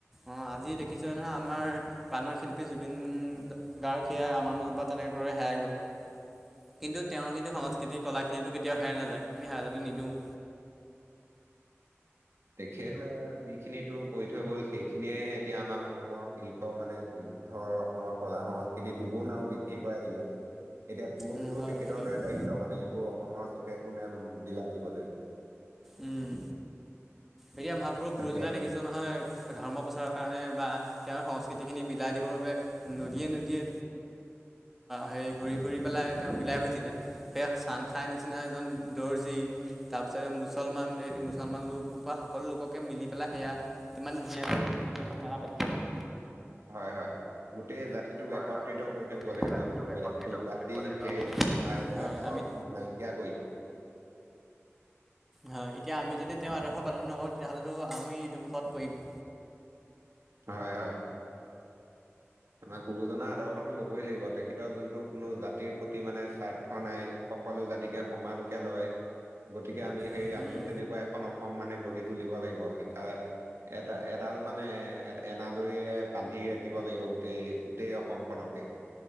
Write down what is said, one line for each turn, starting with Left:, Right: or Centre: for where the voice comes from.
Centre: অ', আজি দেখিছোঁ নহয় আমাৰ প্ৰাণৰ শিল্পী জুবিন গাৰ্গ, সেয়ী আমাৰ মাজত তেনে <unintelligible> হেৰাই গ'ল।
Right: <inaudible>
Centre: কিন্তু তেওঁৰ কিন্তু সংস্কৃতি কলখিনিতো কেতিয়াও হেৰাই নাযায়, আমি হেৰাই যোৱাতো নিদিওঁ।
Right: তেখেত, যিখিনিতো কৰি থৈ গ'ল সেইখিনিয়ে এতিয়া আমাৰ অসমৰ শিল্প মানে ধৰ অসমৰ কলা সংস্কৃতি দুগুণ আৰু বৃদ্ধি কৰাই দিলে। এতিয়া তোৰ
Centre: উম
Right: মোৰো
Centre: হয়
Right: তেখেতৰ
Centre: সেইটোৱে
Right: দৰে দায়িত্ব, মানে এইবোৰ অসমৰ চুকে কোনে বিলাই দিবলৈ
Centre: উম, এতিয়া মহাপুৰুষ
Right: তাকে।
Centre: গুৰুজনাই লেখিছে। নহয় ধৰ্ম প্ৰচাৰৰ কাৰণে বা তেওঁৰ সংস্কৃতিখিনি বিলাই দিবৰ বাবে নদীয়ে, নদীয়ে হেৰি ঘূৰি ফুৰি পেলাই তেওঁ বিলাই হুইছিলে, সেইয়া চান খাই নিচিনা এজন দৰ্জি, তাৰপিছতে মুছলমান এই মুছলমান লোক বা সকলো লোককে মিলি পেলাই সেয়া কিমান ধুনীয়াকৈ সংস্কৃতি এখন মেলা পাতি থৈ গ'ল।
Right: হয়, হয়, গোটেই জাতি সেইটোক
Centre: হয়
Right: একত্ৰিত
Centre: হয়
Right: কৰি থৈ
Centre: গোটেই
Right: গ'ল সেইজন
Centre: জাতিটোক
Right: গুৰুৱে,
Centre: একত্ৰিত
Right: তোৰ জাতি
Centre: কৰি থৈ গ'ল সেইজন
Right: ভেদ
Centre: লোকে।
Right: কথা এইবিলাক
Centre: হয়
Right: চব
Centre: আমি
Right: নাইকিয়া কৰি
Centre: হয়, এতিয়া আমি যদি তেওঁৰ আদৰ্শ পালন নকৰোঁ তেতিয়াহ'লেতো আমি দুখত পৰিম।
Right: হয়, হয়। আমাৰ গুৰুজনাৰ আদৰ্শতো ল'বই লাগিব, তেখেতৰ যোনটো কোনো জাতিৰ প্ৰতি মানে স্বাৰ্থ নাই সকলো জাতিকে সমানকে লয়, গতিকে আমি সেই
Centre: পৰিম।
Right: আমিও তেনেকুৱা এখন অসম মানে গঢ়ি তুলিব লাগিব, এটা-এটা এডাল মানে এনা-এনাজৰীৰে বান্ধি ৰাখিব লাগিব গোটেই গোটেই অসমখনকে।